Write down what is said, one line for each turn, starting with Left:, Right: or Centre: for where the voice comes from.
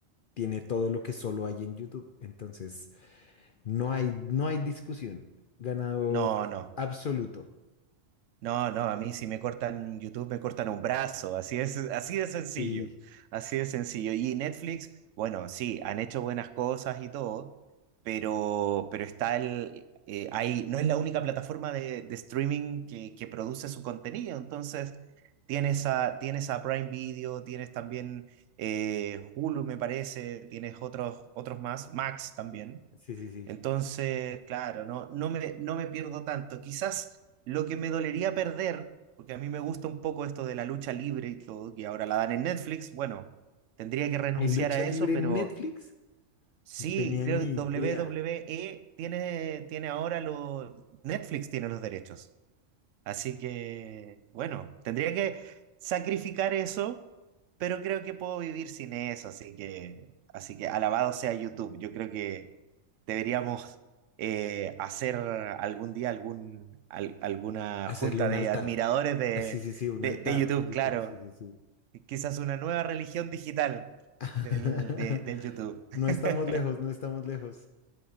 Left: tiene todo lo que solo hay en YouTube. Entonces, no hay, no hay discusión. Ganador
Right: No, no.
Left: absoluto.
Right: No, no, a mí si me cortan YouTube, me cortan un brazo, así es, <laughs> así de sencillo,
Left: Sí,
Right: así de sencillo. Y Netflix, bueno, sí, han hecho buenas cosas y todo, pero, pero está el, eh, ahí, no es la única plataforma de, de streaming que, que produce su contenido, entonces tienes a, tienes a Prime Video, tienes también eh, Hulu, me parece, tienes otros, otros más, Max también.
Left: sí, sí, sí.
Right: Entonces, claro, no, no me, no me pierdo tanto. Quizás lo que me dolería perder, porque a mí me gusta un poco esto de la lucha libre y todo, que ahora la dan en Netflix, bueno, tendría que renunciar
Left: ¿Hay lucha
Right: a
Left: libre
Right: eso, pero
Left: en Netflix?
Right: sí,
Left: No tenía
Right: creo
Left: ni
Right: que
Left: idea.
Right: WWE tiene, tiene ahora los... Netflix tiene los derechos. Así que, bueno, tendría que sacrificar eso, pero creo que puedo vivir sin eso, así que, así que alabado sea YouTube. Yo creo que deberíamos eh, hacer algún día algún, al- alguna
Left: Hacerle
Right: junta
Left: un
Right: de
Left: altar.
Right: admiradores de,
Left: Ah, Sí, sí, sí, un
Right: de,
Left: altar
Right: de YouTube,
Left: a YouTube.
Right: claro.
Left: Sí, sí, sí.
Right: Y Quizás una nueva religión digital
Left: <laughs>
Right: del, de, del YouTube.
Left: No
Right: <laughs>
Left: estamos lejos, no estamos lejos.